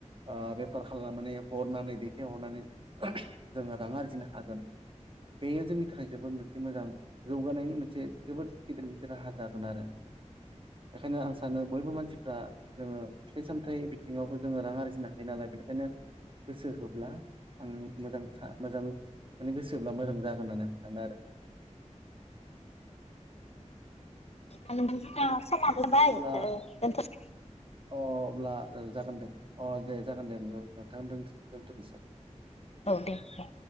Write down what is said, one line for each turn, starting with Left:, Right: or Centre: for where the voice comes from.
Right: ओ बेफार खालामनानै हरनानै दैथायहरनानै जोङो रां आरजिनो हागोन। बेयो जोंनि थाखाय जोबोद मोनसे मोजां जौगानायनि मोनसे जोबोद गिदिर मोनसे राहा जागोन आरो। बेखायनो आं सानो बयबो मानसि फ्रा जोङो फिथाइ सामथाइ बिथिङावबो जोङो रां आरजिनो हायो नालाय बेनिखायनो गोसो होब्ला आं मोजां था मोजां माने गोसोब्ला मोजां जागोननानै साननो आरो।
Left: <unintelligible> समा जाबाय
Right: अब्ला
Left: ओ दोनथ' <unintelligible>
Right: अ अब्ला जागोन दे। अ दे जागोन दे नंगौ नोंथां। थां दोनथ' दोनथ'नोसै।
Left: औ दे दे।